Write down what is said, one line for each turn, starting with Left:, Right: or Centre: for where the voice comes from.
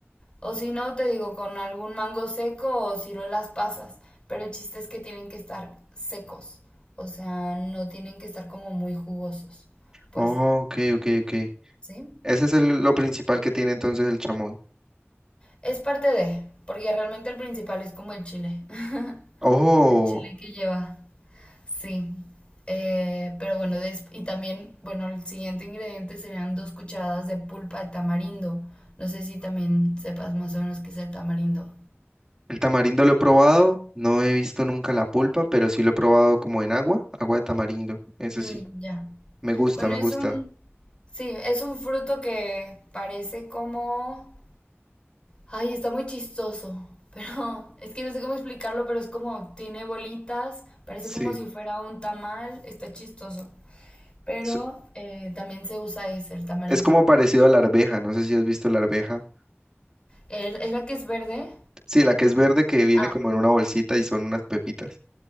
Left: O si no, te digo, con algún mango seco o ciruelas pasas. Pero el chiste es que tienen que estar secos. O sea, no tienen que estar como muy jugosos. Pues,
Right: Oh, ok, ok, ok.
Left: ¿sí?
Right: Ese es el- lo principal que tiene entonces el chamoy.
Left: Es parte de, porque realmente el principal es como el chile, <laughs>
Right: Oh,
Left: el chile que lleva. Sí, Eh, pero bueno, des- y también, bueno, el siguiente ingrediente serían dos cucharadas de pulpa de tamarindo. No sé si también sepas más o menos qué es el tamarindo.
Right: el tamarindo lo he probado. No he visto nunca la pulpa, pero sí lo he probado como en agua, agua de tamarindo. Ese
Left: Mm,
Right: sí.
Left: ya.
Right: Me gusta,
Left: Bueno,
Right: me
Left: es
Right: gusta.
Left: un, sí, es un fruto que parece como, ay, está muy chistoso, pero <laughs> es que no sé cómo explicarlo, pero es como, tiene bolitas, parece
Right: Sí.
Left: como si fuera un tamal, está chistoso. Pero
Right: Es,
Left: eh, también se usa ese, el tamarindo.
Right: es como parecido a la arveja. No sé si has visto la arveja.
Left: ¿El- ¿Era que es verde?
Right: Sí, la que es verde que viene
Left: Ah,
Right: como en una bolsita y son unas pepitas,